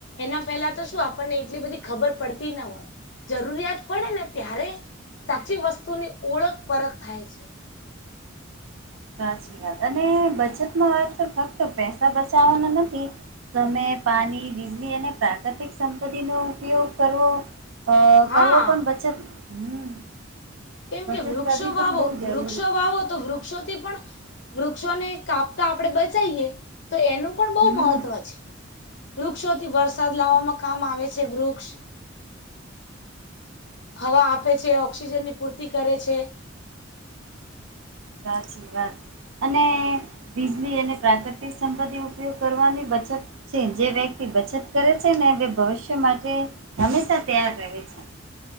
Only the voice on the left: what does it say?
એના પેલા તો શું આપણને એટલી બધી ખબર પડતી ના હોય જરૂરિયાત પડે ને ત્યારે સાચી વસ્તુની ઓળખ પરખ થાય છે
હા
કેમ
કે વૃક્ષો
વાવો
વૃક્ષો વાવો તો વૃક્ષોથી પણ વૃક્ષોને કાપતા આપણે બચાઈએ તો એનું પણ બહુ
મહત્વ છે વૃક્ષોથી વરસાદ લાવવામાં કામ આવે છે વૃક્ષ હવા આપે છે ઓક્સિજન ની પૂર્તિ કરે છે